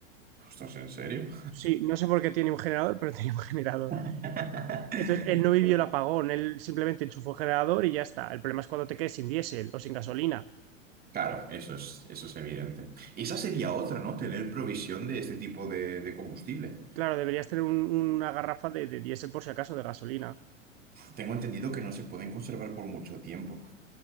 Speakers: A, on the right (about 25°); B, on the right (about 50°).
A: Ostras, ¿en serio?
B: Sí, no sé por qué tiene un generador, <laughs> pero tenía un generador.
A: <laughs>
B: Entonces, él no vivió el apagón, él simplemente enchufó el generador y ya está. El problema es cuando te quedes sin diésel o sin gasolina.
A: Claro, eso es, eso es evidente. Y esa sería otra, ¿no? Tener provisión de este tipo de, de combustible.
B: Claro, deberías tener un- una garrafa de, de diésel por si acaso, de gasolina.
A: Tengo entendido que no se pueden conservar por mucho tiempo.